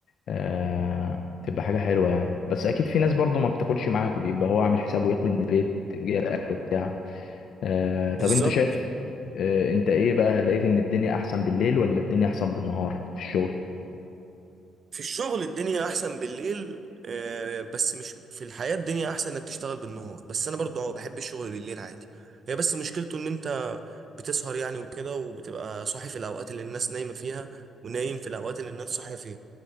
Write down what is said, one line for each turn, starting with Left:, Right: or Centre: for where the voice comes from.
Left: آه... تبقى حاجه حلوه يعني بس اكيد في ناس برضو ما بتاكلش معاكوا بيبقى هو عامل حسابه ياكل من البيت جايب اكله بتاع آه... طب
Right: بالظبط
Left: انت شايف آه... انت ايه بقى لقيت ان الدنيا احسن بالليل ولا الدنيا احسن بالنهار في الشغل
Right: في الشغل الدنيا احسن بالليل آه، بس مش في الحياة الدنيا احسن انك تشتغل بالنهار بس انا برضو اه بحب الشغل بالليل عادي هي بس مشكلته ان انت بتسهر يعني وكده وبتبقى صاحي في الاوقات اللي الناس نايمة فيها ونايم في الاوقات اللي الناس صاحية فيها